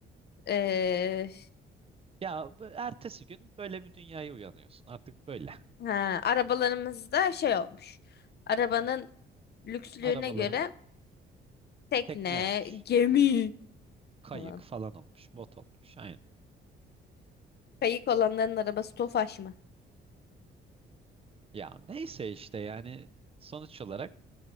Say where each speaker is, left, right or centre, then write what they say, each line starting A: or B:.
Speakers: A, on the left; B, on the right.
A: Ee,
B: Ya bu- ertesi gün böyle bir dünyaya uyanıyorsun. Artık böyle.
A: ha, arabalarımızda şey olmuş. Arabanın lükslüğüne
B: <laughs> Arabalarım
A: göre tekne,
B: tekne olmuş.
A: gemi
B: Kayık
A: falan.
B: falan olmuş. Bot olmuş. Aynen.
A: Kayık olanların arabası Tofaş mı?
B: Ya neyse işte yani sonuç olarak